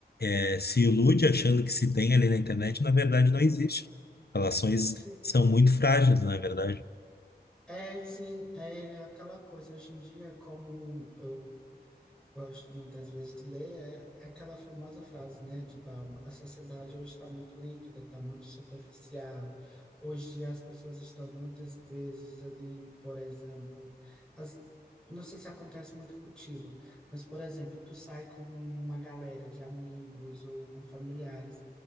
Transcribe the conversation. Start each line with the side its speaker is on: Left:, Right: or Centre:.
Left: é, se ilude achando que se tem ali na internet, na verdade não existe. Relações
Centre: se-
Left: são muito frágeis, na verdade.
Centre: É, sim, é aquela coisa hoje em dia, como eu Gosto muitas vezes de ler é aquela famosa frase, né, de Balma, a sociedade hoje está muito líquida, está muito superficial. Hoje as pessoas estão muitas vezes ali, por exemplo, as, não sei se acontece muito contigo, mas por exemplo, tu sai com uma galera de amigos ou com familiares